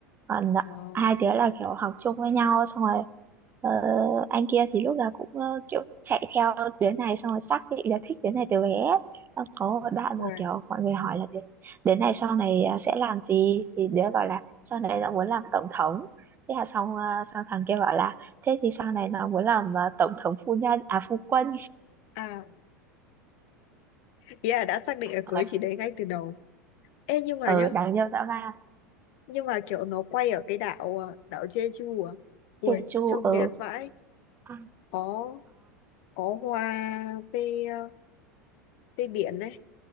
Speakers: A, on the right (about 25°); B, on the left (about 50°).
A: còn ờ,
B: oh,
A: hai đứa là kiểu học chung với nhau xong rồi ờ, anh kia thì lúc nào cũng ờ, kiểu chạy theo đứa này xong rồi xác định là thích đứa này từ bé Xong có một đoạn
B: wow.
A: mà kiểu mọi người hỏi là đứa, đứa này sau này à, sẽ làm gì thì đứa bảo là sau này nó muốn làm tổng thống thế là xong ờ, xong thằng kia bảo là thế thì sau này nó muốn làm ờ, tổng thống phu nhân à phu quân
B: à ý là đã xác định là
A: ở
B: cưới chị đấy ngay từ đầu ê nhưng mà
A: ở
B: nhá
A: đáng yêu dã man
B: nhưng mà kiểu nó quay ở cái đảo à, đảo Jeju à ui
A: Jeju
B: trông
A: ở
B: đẹp vãi
A: ờ
B: có có hoa về à, về biển này